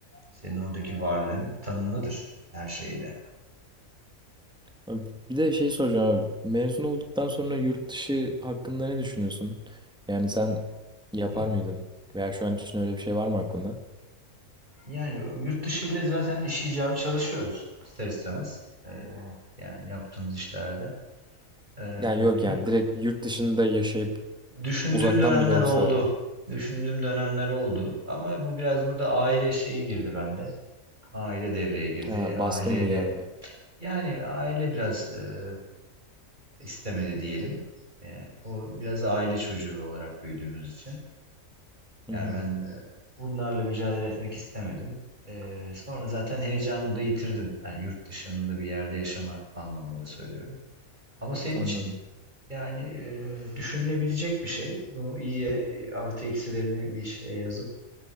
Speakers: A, on the right; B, in the centre.
A: senin oradaki varlığın tanımlıdır her şeyle.
B: Abi Bir de şey soracağım abi. Mezun olduktan sonra yurt dışı hakkında ne düşünüyorsun? Yani sen yapar
A: Hı.
B: mıydın? Veya şu an için öyle bir şey var mı aklında?
A: Yani yurt dışı ile zaten iş icabı çalışıyoruz ister istemez. Ee, yani yaptığımız işlerde. Ee,
B: Yani yok
A: yurt,
B: yani direkt yurt dışında yaşayıp
A: düşündüğüm
B: uzaktan
A: dönemler
B: bile olsa
A: oldu. Düşündüğüm dönemler oldu. Ama bu biraz burada aile şeyi girdi bende. Aile devreye girdi.
B: Ha,
A: Aileyle
B: baskın mı geldi?
A: yani aile biraz e, istemedi diyelim. Ee, o biraz aile çocuğu olarak büyüdüğümüz için.
B: Hı
A: Yani
B: hı,
A: ben e, bunlarla mücadele etmek istemedim. E, sonra zaten heyecanımı da yitirdim. Yani yurt dışında bir yerde yaşama anlamında söylüyorum. Ama senin
B: anladım.
A: için yani e, düşünülebilecek bir şey. Bu iyi e, artı eksilerini bir şeye yazıp.